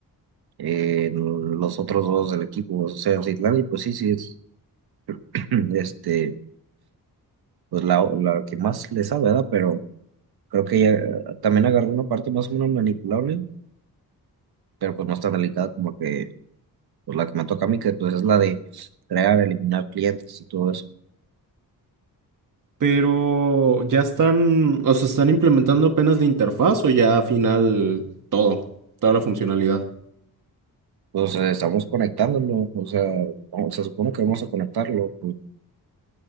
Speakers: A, on the right (about 80°); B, on the right (about 55°).
A: en los otros dos del equipo, o sea, Citlali, y pues sí, sí es <clears throat> este, pues la, la que más le sabe, ¿verdad? Pero creo que ya también agarré una parte más o menos manipulable, pero pues no es tan delicada como la que, pues la que me toca a mí, que pues es la de crear, eliminar clientes y todo eso.
B: Pero ya están, o sea, están implementando apenas la interfaz o ya al final todo, toda la funcionalidad.
A: Pues eh, estamos conectándolo, o sea, vamos- se supone que vamos a conectarlo, pues,